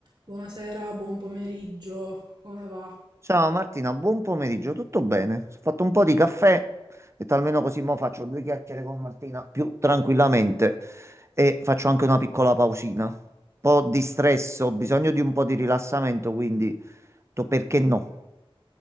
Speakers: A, on the right; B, on the right.
A: Buonasera, buon pomeriggio, come va?
B: Ciao Martina, buon pomeriggio, tutto bene? Ho fatto un po' di caffè, e almeno così mo faccio due chiacchiere con Martina più tranquillamente e faccio anche una piccola pausina. Un po' di stress, ho bisogno di un po' di rilassamento, quindi ho detto, perché no?